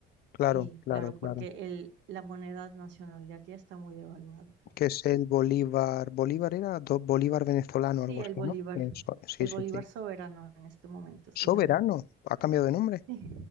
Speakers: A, on the left (about 55°); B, on the right (about 75°).
A: Claro,
B: Y
A: claro,
B: claro,
A: claro.
B: porque el, la moneda nacional de aquí está muy devaluada.
A: Que es el bolívar. Bolívar era do- bolívar venezolano, algo
B: Sí,
A: así,
B: el bolívar,
A: ¿no? Eso, sí,
B: el
A: sí,
B: bolívar
A: sí.
B: soberano en este momento se
A: Soberano.
B: llama.
A: Ha cambiado de nombre.
B: Sí,